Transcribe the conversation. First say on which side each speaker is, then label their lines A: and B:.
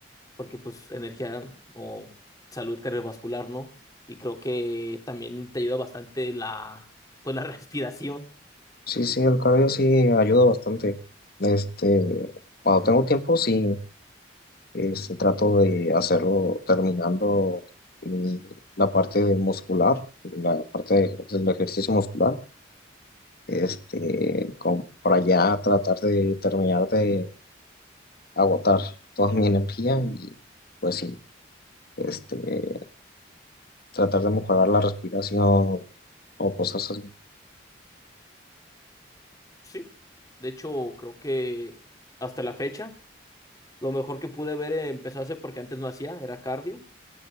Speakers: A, on the left; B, on the left.
A: porque pues energía o salud cardiovascular, ¿no? Y creo que también te ayuda bastante la, pues la <laughs> respiración,
B: Sí, sí, el cabello sí ayuda bastante. Este, cuando tengo tiempo, sí, este, trato de hacerlo terminando mi- la parte de muscular, la parte de- del ejercicio muscular, este, como para ya tratar de terminar de agotar toda mi energía y pues sí, este, tratar de mejorar la respiración o cosas así.
A: sí. De hecho, creo que hasta la fecha, lo mejor que pude haber empezado a hacer, porque antes no hacía, era cardio